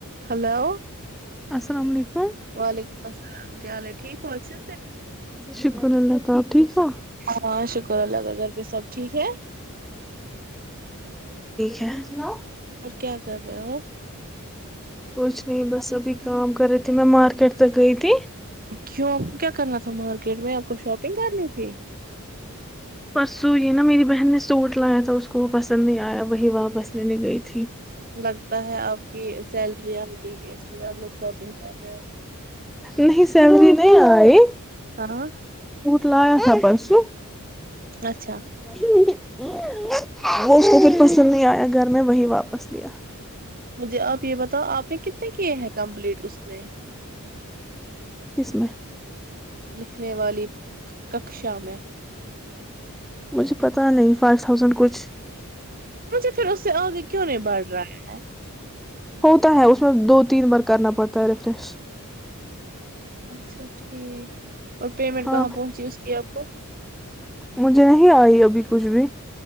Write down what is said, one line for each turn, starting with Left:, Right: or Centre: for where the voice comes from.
Right: ہلو
Centre: السلام علیکم
Right: وعلیکم السلام کیا حال ہے ٹھیک پچے
Centre: شکر اللہ کا آپ ٹھیک ہو
Right: <unintelligible> ہاں شکر اللہ کاگر پ سب ٹھیک ہے
Centre: کیاا سناؤ
Right: اور کیا کر رہے ہو
Centre: کچھ نہیں بس سبھی کا کر تھی میں مارکیٹ پک گ تھی
Right: کیوں آپ کو کیا کرنا تھا مارکیٹ میں آپ کو شاپنگ کرنی تھی
Centre: پرسوں یہ نا میری بہن نے سوٹ لایا تھا اس کو وہ پسند نہیں آیا وہی واپس لینے گئی تھی
Right: لگتا ہے آپ کی سیلریا ہوتیی اس لیے آپ لوگ شاپنگ کر رہے ہو
Centre: نہیں سیلری نہیں آئے
Right: ہاں
Centre: لا تھا پر پرسوں
Right: اچھا
Centre: مش <unintelligible> وہ اس کو پھر پسند نہیں آیا گھر میں وہی واپس لیا
Right: مجھے آپ یہ بتاؤ آپ نے کتنے کیے ہیں کمپلیٹ اس میں
Centre: کس میں
Right: لکھ <unintelligible> لکھنے والی ککشا میں
Centre: مجھے پتا نہیں فائیو تھاؤزینڈ کچھ
Right: مجھے پھر اس سے آگے کیوں نہیں بڑھ رہا ہے
Centre: ہوتا ہے اس میں دو تین مر <unintelligible> کرنا پڑتا ہے ریفریش
Right: اچھا ٹھیک اور پیمنٹ
Centre: ہاں
Right: کہاں پہنچی اس کی آپ کو
Centre: مجھے نہیں آئی ابھی کچھ بھی